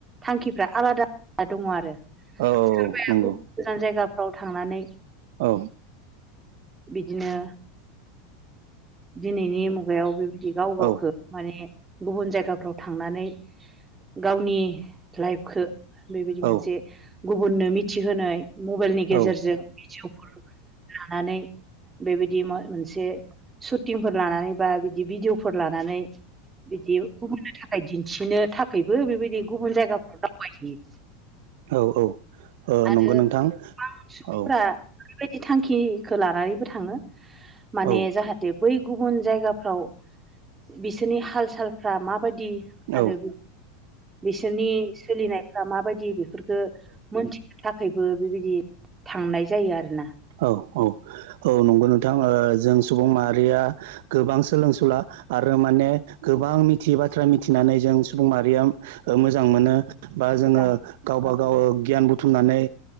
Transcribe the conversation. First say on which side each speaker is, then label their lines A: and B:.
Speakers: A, on the right; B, on the right.
A: थांखिफ्रा आलादा दङ आरो
B: औ औ
A: सोरबाया
B: नंगौ
A: गोजान जायगाफ्राव थांनानै
B: औ
A: बिदिनो दिनैनि म माबायाव बेबायदि गाव गावखौ
B: औ
A: माने गुबुन जायगाफ्राव थांनानै गावनि लाइफखौ बेबायदि
B: औ
A: मोनसे गुबुननो मिथिहोनाय मबाइलनि गेजेरजों
B: औ
A: भिडिय'फोर लानानै - बेबायदि मोनसे शुटिंफोर लानानै बा बिदि भिडिअफोर लानानै बिदि गुबुननि थाखाय दिन्थिनो थाखबो बेबायदि गुबुन जायगाफ्राव दावबायहैयो
B: औ औ
A: आरो
B: नंगौ नोंथां
A: सुबुंफोरा
B: औ।
A: बेबायदि थांखिखौ लानानैबो थाङो माने
B: औ
A: जाहाथे बै गुबुन जायगाफ्राव बिसोरनि हाल सालफ्रा मा माबायदि
B: औ
A: आरो बिसोरनि सोलिनायफ्रा माबायदि बेफोरखौ मोनथिनो थाखायबो बेबायदि थांनाय जायो आरोना।
B: औ औ औ नंगौ नोंथां जों सुबुं माहारिया गोबां सोलोंसुला आरो माने गोबां मिथियै बाथ्रा मिथिनानै जों सुबुं माहारिया मोजां मोनो। बा जोङो
A: मोजां मोन
B: गावबा गाव गियान बुथुमनानै